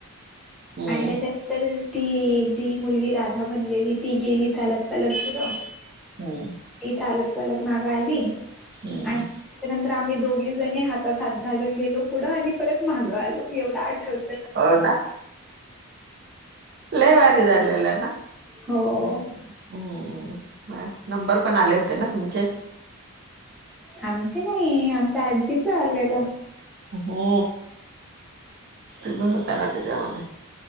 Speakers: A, on the right; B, in the centre.
A: हम्म
B: आणि त्याचे तर ती जी मुलगी राधा बनलेली ती गेली चालत चालत पुढं
A: हम्
B: ही चालत चालत माग आली.
A: हम्
B: आणि त्यानंतर आम्ही दोघी जणी हातात हात घालून गेलो पुढं आणि परत मागं आलो एवढं आठव
A: हो नां लंय भारी झालेलं नां
B: हो
A: अं हम्मं नंबर पणं आले होते नां तुमचे
B: आमची नाहीं आमच्यां आजीच आलेलं
A: हो तुम्हीं होतां नां त्यांच्यामध्यें